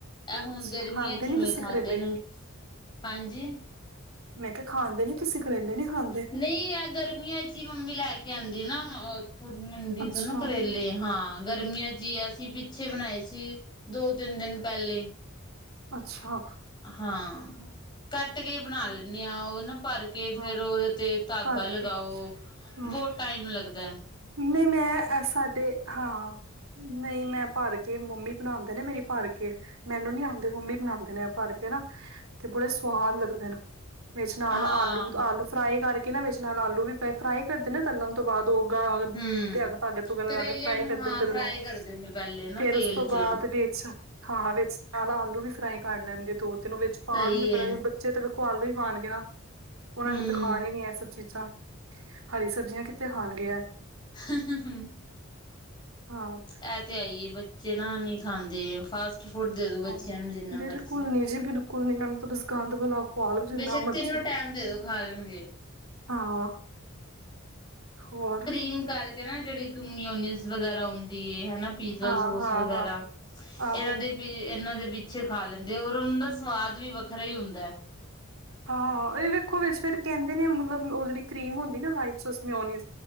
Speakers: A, on the left; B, on the right.
A: ਇਹ ਹੁਣ
B: ਅੱਛਾ
A: ਗਰਮੀਆਂ
B: ਖਾਂਦੇ
A: 'ਚ ਇਵੇਂ
B: ਨੀ ਤੁਸੀਂ
A: ਖਾਧੇ
B: ਕਰੇਲੇ
A: ਨੇ, ਹਾਂਜੀ।
B: ਮੈਂ ਕਿਹਾ ਖਾਂਦੇ ਨੀ, ਤੁਸੀਂ ਕਰੇਲੇ ਨੀ ਖਾਂਦੇ।
A: ਨਹੀਂ ਐ ਗਰਮੀਆਂ ਚ ਹੀ ਮੰਮੀ ਲੈ ਕੇ ਆਉਂਦੀ ਨਾ ਮੰਡੀ
B: ਅੱਛਾ
A: ਤੋਂ ਨਾ ਕਰੇਲੇ ਹਾਂ ਗਰਮੀਆਂ ਚ। ਜੀ, ਅਸੀਂ ਪਿੱਛੇ ਬਣਾਏ ਸੀ ਦੋ-ਤਿੰਨ ਦਿਨ ਪਹਿਲੇ।
B: ਅੱਛਾ।
A: ਹਾਂ, ਕੱਟ ਕੇ ਈ ਬਣਾ ਲੈਂਨੀ ਆਂ, ਹਾਂ ਨਾ ਭਰ ਕੇ- ਕੇ
B: ਹਾਂ
A: ਫੇਰ ਉਹਦੇ ਤੇ ਧਾਗਾ
B: ਭਰ
A: ਲਗਾਓ
B: ਕੇ ਹਾਂ
A: ਬਹੁਤ ਟਾਈਮ ਲੱਗਦਾ ਹੈ।
B: ਨਹੀਂ ਮੈਂ ਐ ਸਾਡੇ ਹਾਂ। ਨਹੀਂ ਮੈਂ ਭਰ ਕੇ ਮੰਮੀ ਬਣਾਉਂਦੇ ਨੇ ਮੇਰੀ ਭਰ ਕੇ। ਮੈਨੂੰ ਨੀ ਆਉਂਦੇ ਮੰਮੀ ਬਣਾਉਂਦੇ ਨੇ ਐ ਭਰ ਕੇ ਨਾ, ਤੇ ਬੜੇ ਸਵਾਦ ਲੱਗਦੇ ਨੇ। ਵਿੱਚ ਨਾਲ
A: ਹਾਂ
B: ਆਲੂ ਆਲੂ ਫਰਾਈ ਕਰਕੇ ਨਾ ਵਿੱਚ ਨਾਲ ਆਲੂ ਵੀ ਫਰਾਈ ਕਰਦੇ ਨਾ, ਤਲਣ ਤੋਂ ਬਾਅਦ ਉਹ। ਤਾਂ ਉਹਦੇ
A: ਹੂੰ
B: ਧਾਗੇ ਧੂਗੇ ਲਗਾ
A: ਕਰੇਲਿਆਂ
B: ਕੇ ਫਰਾਈ
A: ਨੂੰ
B: ਕਰਦੇ
A: ਹਾਂ
B: ਫਿਰ
A: ਫਰਾਈ
B: ਉਹਨੂੰ,
A: ਕਰਦੇ ਨੇ ਪਹਿਲੇ ਨਾ
B: ਫੇਰ
A: ਤੇਲ
B: ਉਸ ਤੋਂ
A: 'ਚ
B: ਬਾਅਦ ਵਿੱਚ। ਹਾਂ ਵਿੱਚ ਨਾਲ ਆਲੂ ਵੀ ਫਰਾਈ ਕਰ ਲੈਣਗੇ ਦੋ ਤਿੰਨ ਉਹ ਵਿੱਚ ਪਾਉਣਗੇ
A: ਸਹੀ ਏ
B: ਬੜਾ ਬੱਚੇ ਤਾਂ ਵੇਖੋ ਆਲੂ ਹੀ ਖਾਣਗੇ ਨਾ, ਉਹਨਾਂ
A: ਹੂੰ
B: ਨੇ ਤਾਂ ਖਾਣੀ ਹੀ ਨੀ ਇਹ ਸਭ ਚੀਜ਼ਾਂ। ਹਰੀ ਸਬਜ਼ੀਆਂ ਕਿੱਥੇ ਖਾਣਗੇ ਇਹ।
A: ਹੂ ਹੂ ਹੂ
B: ਹਾਂ।
A: ਇਹ ਤੇ ਹੈ ਈ ਹੈ, ਬੱਚੇ ਨਾ ਨੀ ਖਾਂਦੇ ਫਾਸਟ ਫੂਡ ਦੇ ਦੋ ਬੱਚਿਆਂ
B: ਹਾਂ
A: ਨੂੰ ਜਿੰਨਾ
B: ਬਿਲਕੁਲ
A: ਮਰਜ਼ੀ।
B: ਜੀ ਬਿਲਕੁਲ ਨੀ, ਇਹਨਾਂ ਨੂੰ ਤਾਂ ਬਸ ਗੰਧ ਬੁਲਾ ਖਵਾ ਲਓ ਜਿੰਨਾ
A: ਬੇਸ਼ੱਕ
B: ਮਰਜ਼ੀ।
A: ਤਿੰਨੋ ਟਾਈਮ ਦੇ ਦੋ ਖਾ ਲੈਣਗੇ
B: ਹਾਂ। ਹੋਰ
A: ਕਰੀਮ ਕਰਕੇ ਨਾ ਜਿਹੜੀ ਮਯੋਨਿਸ ਵਗੈਰਾ ਹੁੰਦੀ ਹੈ ਹੈਨਾ। ਪੀਜ਼ਾ
B: ਹਾਂ
A: ਸੋਸ
B: ਹਾਂ
A: ਵਗੈਰਾ
B: ਹਾਂ ਆਹੋ
A: ਇਹਨਾਂ ਦੇ। ਵੀ ਇਹਨਾਂ ਦੇ ਪਿੱਛੇ ਖਾ ਲੈਂਦੇ, ਔਰ ਉਹਨਾਂ ਦਾ ਸਵਾਦ ਵੀ ਵੱਖਰਾ ਹੀ ਹੁੰਦਾ।
B: ਹਾਂ ਇਹ ਵੇਖੋ ਵਿੱਚ ਫਿਰ ਕਹਿੰਦੇ ਨੇ ਮਤਲਬ ਉਹ ਜਿਹੜੀ ਕੀਮ ਹੁੰਦੀ ਨਾ, ਵਾਇਟ ਸੋਸ ਮਯੋਨਿਜ਼